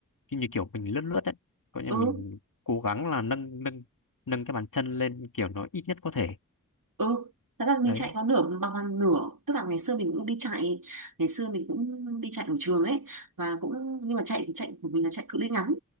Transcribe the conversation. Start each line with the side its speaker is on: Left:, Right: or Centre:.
Left: như như kiểu mình lướt lướt đấy có nghĩa là
Right: ừ
Left: mình cố gắng là nâng nâng nâng cái bàn chân lên kiểu nó ít nhất có thể
Right: ừ thật ra mình
Left: đấy
Right: chạy có nửa bằng bằng nửa tức là ngày xưa mình cũng đi chạy ngày xưa mình cũng đi chạy ở trường ấy và cũng nhưng mà chạy thì chạy của mình là chạy cự ly ngắn